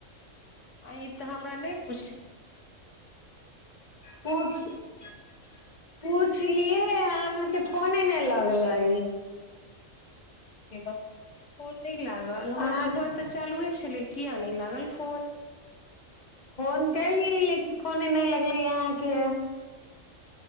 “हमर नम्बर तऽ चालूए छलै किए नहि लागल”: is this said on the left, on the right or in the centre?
Left